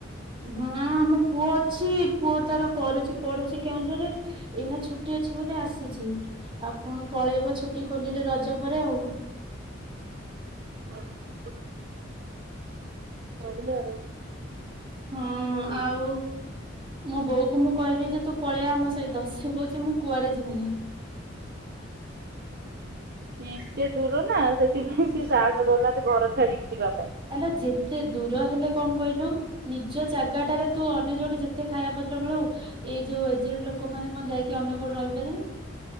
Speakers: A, on the right; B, on the right.
A: ହଁ ଆମ ପୁଅ ଅଛି, ପୁଅ ତାର କରୁଛି ପଢୁଛି କେଉଁଝରରେ। ଏଇନା ଛୁଟି ଅଛି ବୋଲି ଆସିଛି, ଆଉ ପୁଣି ପଳେଇବ ଛୁଟି ଖୋଲିଲେ ରଜ ପରେ ଆଉ।
B: <unintelligible> ବଢିଆ ଆଉ।
A: ହଁ ଆଉ ମୋ ବୋଉକୁ ମୁଁ କହିଲି ଯେ ତୁ ପଳେଇଆ ଆମ ସହିତ, ସେ କହୁଚି ମୁଁ କୁଆଡେ ଯିବିନି।
B: ଏତେ ଦୂର ନା ସେଥି ସେଥିପାଇଁ
A: ହୁଁ
B: ସେ ସାହସ କରୁନାହାନ୍ତି ଘର ଛାଡିକି ଯିବାକୁ।
A: ଆଲୋ ଯେତେ ଦୂର ହେଲେ କଣ କହିଲୁ, ନିଜ ଜାଗାଟାରେ ତୁ ଅନ୍ୟ ଯୋଉଠି ଯେତେ ଖାଇବା ପତ୍ର ମିଳୁ, ଏଇ ଯୋଉ ଏଜେଡ୍ ଲୋକ ମାନେ କଣ ଯାଇକି ଅନ୍ୟ କୋଉଠି ରହିପାରିବେ?